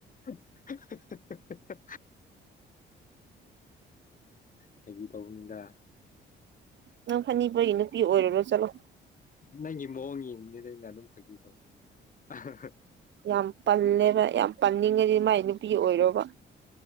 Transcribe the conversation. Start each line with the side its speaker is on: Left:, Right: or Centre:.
Left: ꯑꯟꯏꯟꯇꯦꯜꯂꯤꯖꯦꯕꯜ ꯐꯒꯤ ꯇꯧꯕꯅꯤꯗ
Right: ꯅꯪ ꯐꯅꯤꯄꯒꯤ ꯅꯨꯄꯤ ꯑꯣꯏꯔꯨꯔꯣ ꯆꯠꯂꯣ
Left: ꯅꯪꯒꯤ ꯃꯑꯣꯡ ꯌꯦꯡꯕꯅꯤꯗ ꯑꯩꯅ ꯑꯗꯨꯝ ꯐꯥꯒꯤ ꯇꯧꯕꯅꯤꯅ ꯑꯍꯍꯍ
Right: ꯌꯥꯝ ꯄꯜꯂꯦꯕ ꯌꯥꯝ ꯄꯟꯅꯤꯡꯉꯗꯤ ꯃꯥꯏ ꯅꯨꯄꯤ ꯑꯣꯏꯔꯣꯕ